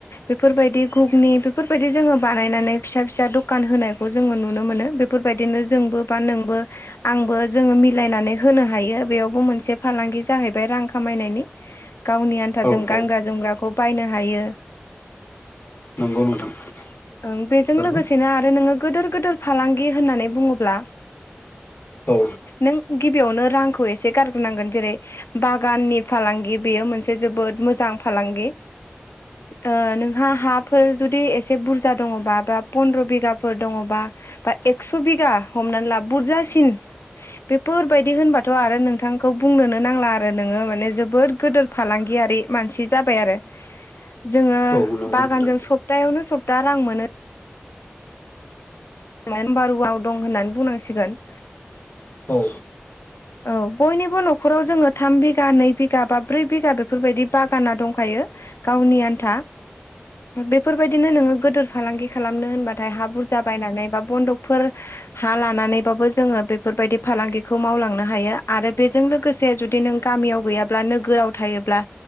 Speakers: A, on the left; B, on the left.
A: बेफोरबायदि घुगनि बेफोरबायदि जोङो बानायनानै फिसा फिसा दखान होनायखौ जोङो नुनो मोनो बे बेफोरबायदिनो जोंबो बा नोंबो आंबो जोङो मिलायनानै होनो हायो बेयावबो मोनसे फालांगि जाहैबाय रां खामायनायनि गावनि आन्थाजों
B: औ औ
A: गानग्रा जोमग्राखौ बायनो हायो।
B: नंगौ नोंथां।
A: ओं
B: नंथारगौ
A: बेजों लोगोसेनो आरो नोङो गिदोर गिदोर फालांगि होननानै बुङोब्ला
B: औ
A: नों गिबियावनो रांखौ एसे गारग्रोनांगोन जेरै बागाननि फालांगि बेयो मोनसे जोबोद मोजां फालांगि
B: <inaudible>
A: नोंहा हाफोर जुदि एसे बुरजा दङबा बा पन्द्र' बिगाफोर दङबा बा एक्स' बिगा हमनानै ला बुरजासिन बेफोरबायदि होनबाथ' आरो नोंथां। खौ बुंनोनो नांला आरो नोङो माने जोबोद गोदोर फालांगियारि मानसि जाबाय आरो। जोङो
B: औ नंगौ
A: बागानजों
B: नोंथां
A: सप्तायावनो सप्ता रां मोनो। मोनबारुआव दं होननानै बुंनांसिगोन।
B: औ।
A: औ बयनिबो न'खराव जोङो थाम बिघा नै बिगा बा ब्रै बिगा बेफोरबायदि बागाना दंखायो। गावनि आन्था बेफोरबायदिनो नोङो गोदोर फालांगि खालामनो होनबाथाय हा बुर जाबायनानै बा बन्दकफोर हा लानानैबाबो जोङो बेफोरबायदि फालांगिखौ मावलांन हायो आरो बेजों लोगोसे जुदि नों गामियाव गैयाब्ला नोगोराव। थायोब्ला